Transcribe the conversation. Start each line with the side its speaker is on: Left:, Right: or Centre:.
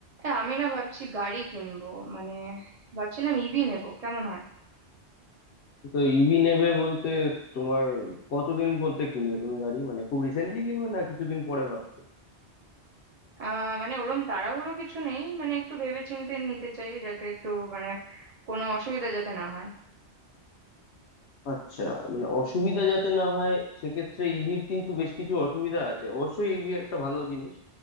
Right: এ, আমি না ভাবছি গাড়ি কিনবো মানে ভাবছিলাম ইভি নেবো কেমন হয়
Left: তো ইভি নেবে বলতে তোমার কতদিন বলতে কিনবে তুমি গাড়ি মানে খুব রিসেন্টলি কিনবে না কিছুদিন পরে ভাবছো
Right: আহ মানে ওরম তাড়াহুড়ো কিছু নেই মানে একটু ভেবেচিন্তে নিতে চাই যাতে একটু মানে কোনো অসুবিধা যাতে না হয়
Left: আচ্ছা মানে অসুবিধা যাতে না হয় সেক্ষেত্রে ইভির কিন্তু বেশ কিছু অসুবিধা আছে অবশ্যই ইভি একটা ভালো জিনিস